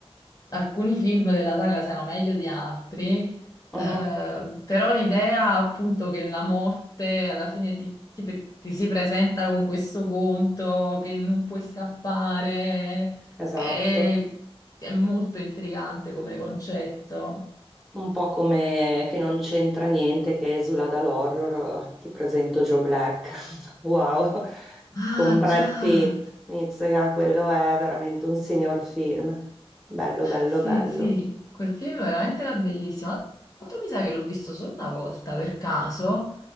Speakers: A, on the left (about 35°); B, in the centre.
A: alcuni film della saga siano meglio di altri, eh,
B: Mhm,
A: però l'idea appunto che la morte alla fine ti, ti- pe- ti si presenta con questo conto, che non puoi scappare,
B: Esatto.
A: è, è molto intrigante come concetto.
B: Un po' come che non c'entra niente, che esula dall'horror. Ti presento Joe Black. <laughs> Wow.
A: Ah,
B: Con Brad
A: già.
B: Pitt. Mizzica, quello è veramente un signor film. Bello, bello,
A: Sì,
B: bello.
A: sì, quel film veramente era bellissimo. Tra l'altro mi sa che l'ho visto solo una volta per caso,